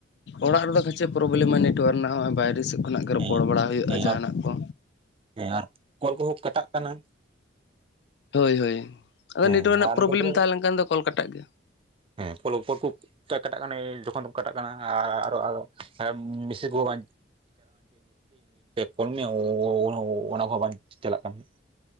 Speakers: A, on the left; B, on the right.
A: ᱚᱲᱟᱜ ᱨᱮᱫᱚ ᱠᱷᱟᱪᱮ ᱯᱨᱚᱵᱞᱮᱢ ᱟᱭ ᱱᱮᱴᱳᱣᱟᱨᱠ ᱨᱮᱱᱟᱜ ᱾ ᱱᱚᱸᱜᱼᱚᱭ ᱵᱟᱭᱨᱮ ᱥᱮᱫ ᱠᱷᱚᱱᱟᱜ ᱜᱮ ᱨᱚᱯᱚᱲ
B: ᱦᱮᱸ
A: ᱵᱟᱲᱟ ᱦᱩᱭᱩᱜᱼᱟ
B: ᱦᱮᱸ
A: ᱡᱟᱦᱟᱱᱟᱜ
B: ᱟᱨ
A: ᱠᱚ
B: ᱦᱮᱸ ᱟᱨ ᱠᱚᱞ ᱠᱚᱦᱚᱸ ᱠᱟᱴᱟᱜ ᱠᱟᱱᱟ᱾
A: ᱦᱳᱭ ᱦᱳᱭ ᱟᱫᱚ
B: ᱦᱮᱸ
A: ᱱᱮᱴᱳᱣᱟᱨᱠ ᱨᱮᱱᱟᱜ
B: ᱟᱨ ᱱᱚᱛᱮ
A: ᱯᱨᱚᱵᱞᱮᱢ ᱛᱟᱦᱮᱸ ᱞᱮᱱ ᱠᱷᱟᱱ ᱫᱚ ᱠᱚᱞ ᱠᱟᱴᱟᱜ ᱜᱮᱭᱟ
B: ᱦᱮᱸ <unintelligible> ᱠᱟᱴᱟᱜ ᱠᱟᱱᱟ ᱡᱚᱠᱷᱚᱱ ᱫᱚ ᱠᱟᱴᱟᱜ ᱠᱟᱱᱟ ᱟᱨᱚ ᱟᱨᱦᱚ ᱢᱮᱥᱮᱡ ᱠᱚᱦᱚᱸ ᱵᱟᱝ <inaudible>